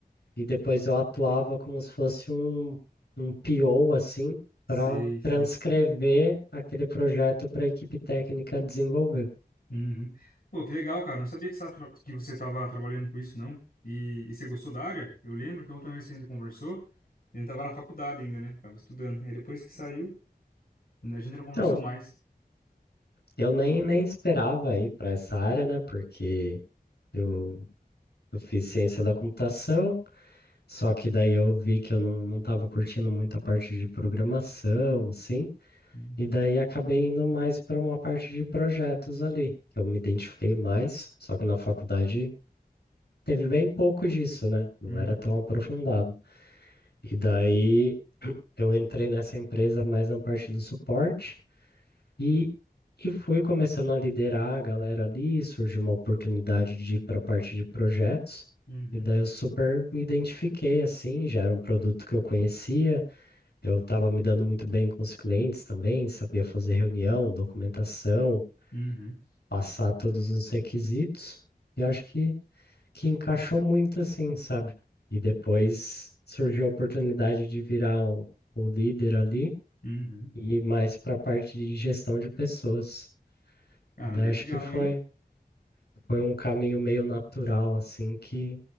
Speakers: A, on the left; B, on the left.
A: e depois eu atuava como se fosse um, um PO assim
B: Sei,
A: para
B: sei.
A: transcrever aquele projeto para a equipe técnica desenvolver.
B: Uhum. Pô, que legal, cara. Não sabia que você estava tra- que você estava trabalhando com isso, não. E, e você gostou da área? Eu lembro que a última vez que a gente conversou, a gente estava na faculdade ainda, né? Tava estudando. Aí depois que saiu, a gente não conversou
A: Então,
B: mais.
A: eu nem, nem esperava ir para essa área, né? Porque eu, eu fiz ciência da computação, só que daí eu vi que eu não, não estava curtindo muito a parte de programação, assim.
B: Uhum.
A: E daí acabei indo mais para uma parte de projetos ali, que eu me identifiquei mais, só que na faculdade teve bem pouco disso, né? Não
B: Uhum.
A: era tão aprofundado. E daí eu entrei nessa empresa mais na parte do suporte e, e fui começando a liderar a galera ali, surgiu uma oportunidade de ir para a parte de projetos.
B: Uhum.
A: E daí eu super me identifiquei assim, já era um produto que eu conhecia, eu estava me dando muito bem com os clientes também, sabia fazer reunião, documentação,
B: Uhum.
A: passar todos os requisitos e acho que, que encaixou muito assim, sabe? E depois surgiu a oportunidade de virar o, o líder ali
B: Uhum.
A: e ir mais para a parte de gestão de pessoas.
B: Cara,
A: E daí
B: legal,
A: acho que foi,
B: hein?
A: foi um caminho meio natural, assim, que,